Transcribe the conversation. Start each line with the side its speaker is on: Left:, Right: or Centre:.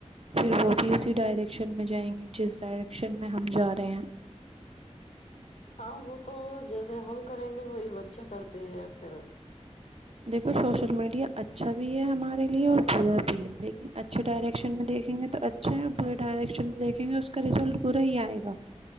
Right: پھر وہ بھی اسی ڈائریک شن میں جائیں گے جس ڈائریکشن میں ہم جا رہے ہیں
Left: ہاں وہ تو جیسے ہم کریں گے وہی بچے کرتے ہیں پھر
Right: دیکے سوشل میڈیا اچھا بھی ہے ہمارے لیے اور برا بھی ہے لیکن اچھے ڈائریکشن میں دیکھیں گے تو اچھا ہے اور برے ڈائریکشن میں دیکھیں گے اس کا رزلٹ برا ہی آئے گا